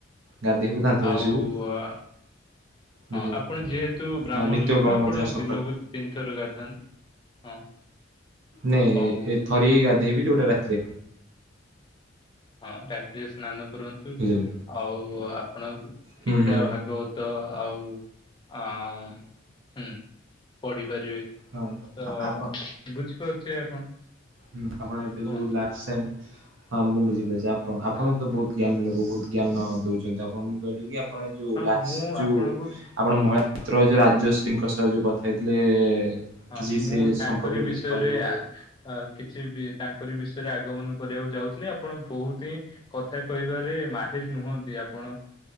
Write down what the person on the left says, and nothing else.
ଆଉ
ହଁ
ଆପଣ ଯେହେତୁ ବ୍ରାହ୍ମଣ
ଲୋକ ଆପଣ
ଦିନକୁ ତିନିଥର ଗାଥାନ୍ତି। ହଁ।
ଆଉ
ହଁ ରାତିରେ ସ୍ନାନ କରନ୍ତୁ।
ଆଉ ଆପଣ
ଗୀତା
ଭାଗବତ ତ ଆଉ ଆ ହୁଁ ପଢିପାରିବେନି।
ତ
ବୁଝିପାରୁୁଛେ ଆପଣ?
କୁହନ୍ତୁ
ହଁ
ହଁ
ମୁଁ
ଆପଣଙ୍କୁ
ହଁ
ମୁଁ ତାଙ୍କରି
ବିଷୟରେ
ଅ କିଛି ବି ତାଙ୍କରି ବିଷୟରେ ଆଗମନ କରିବାକୁ ଯାଉଥିଲେ। ଆପଣ ବହୁତ କଥା କହିବାରେ ମାହିର ନୁହନ୍ତି। ଆପଣ